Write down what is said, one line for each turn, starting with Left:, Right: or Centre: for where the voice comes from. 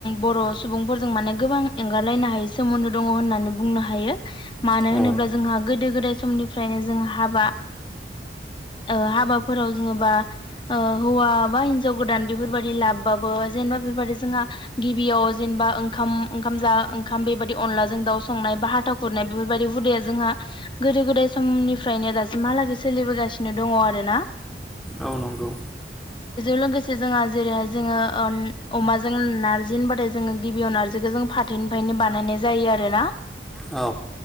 Left: बर' सुबुंफोरजों माने गोबां एंगारलायनो हायै सोमोन्दो दं होननानै बुंनो हायो मानो
Centre: औ
Left: होनोब्ला जोंहा गोदो गोदाय समनिफ्रायनो जों हाबा ओ हाबाफोराव जोङोबा ओ हौवा बा हिनजाव गोदान बेफोरबायदि लाबबाबो जेने बेबादि जोंहा गिबियाव जेनबा ओंखाम ओंखाम जा ओंखाम बेबादि अनलाजों दाव सं संनाय बा हाथा खुरनाय बेफोरबायदि हुदाया जोंहा गोदो गोदाय समनिफ्रायनो दासिमहालागै सोलिबोगा सिनो दङ आरो ना
Centre: औ नंगौ
Left: लोगोसे जोंहा जेरैहाय जोङो अमाजों नारजि होनबाथाय जोङो गिबियाव नारजिखो जों फाथैनिफायनो बानायनाय जायो आरोना।
Centre: औ